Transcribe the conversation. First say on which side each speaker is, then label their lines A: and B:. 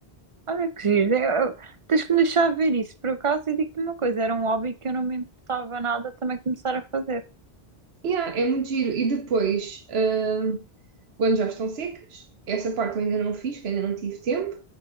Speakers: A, on the right; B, on the right.
A: Olha que giro. Eu- eu- tens que me deixar ver isso. Por acaso, eu digo-te uma coisa: era um hobby que eu não me importava nada também começar a fazer.
B: Yeah, é muito giro. E depois, ah, quando já estão secas, essa parte eu ainda não fiz, que ainda não tive tempo.